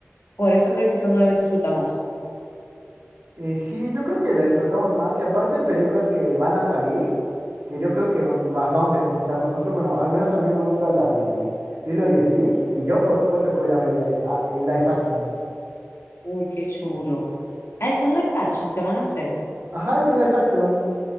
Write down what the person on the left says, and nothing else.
por eso que quizá uno la disfruta más.
Uy, qué chulo. Ah, es un live action que van a hacer.